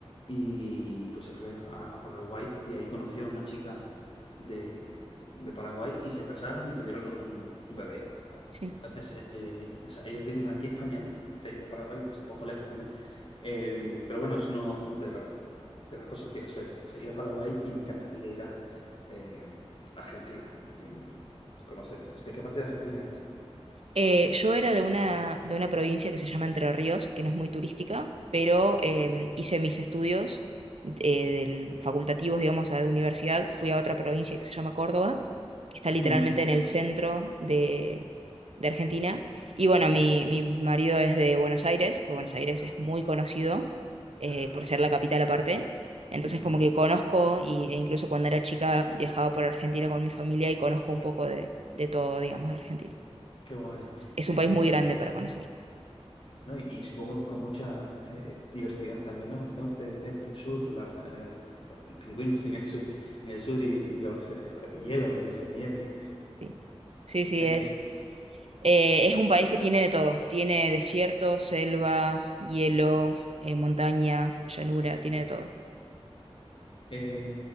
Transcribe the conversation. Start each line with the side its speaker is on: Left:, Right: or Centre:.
Left: y pues se fue a, a Paraguay y ahí conoció a una chica de, de Paraguay y se casaron y tuvieron un, un bebé. Vale.
Right: sí.
Left: Entonces, eh, eh, o sea, ellos vienen aquí a España, empecé a ir a Paraguay, es un poco lejos también, Eh, pero bueno, es una de, la- de las cosas que quiero hacer, o sea, ir a Paraguay y me encantaría ir a eh, Argentina y conocer. ¿De qué parte de Argentina eras?
Right: Eh, yo era de una, de una provincia que se llama Entre Ríos, que no es muy turística, pero
Left: De mi
Right: em,
Left: vida.
Right: hice mis estudios eh, del, facultativos, digamos, a la universidad. Fui a otra provincia que se llama Córdoba, que está literalmente
Left: Ujú,
Right: en el centro de, de Argentina. Y bueno,
Left: Sí.
Right: mi, mi marido es de Buenos Aires, que Buenos Aires
Left: Ya,
Right: es muy conocido eh,
Left: claro.
Right: por ser la capital aparte. Entonces
Left: Ujú.
Right: como que conozco, y, e incluso cuando era chica viajaba por Argentina con mi familia y conozco un poco de, de todo, digamos, de Argentina.
Left: Qué guay.
Right: Es
Left: Eh,
Right: un país muy
Left: y,
Right: grande para conocer.
Left: no, y, y supongo que con mucha eh, diversidad también, ¿no? El norte, el centro, el sur, la, eh, los, los pingüinos en el sur, en el sur y los, eh, los hielos, no sé, la nieve.
Right: Sí, sí, sí,
Left: Eh,
Right: es, eh, es un país que tiene de todo. Tiene desierto, selva, hielo, eh, montaña, llanura, tiene de todo.
Left: eh,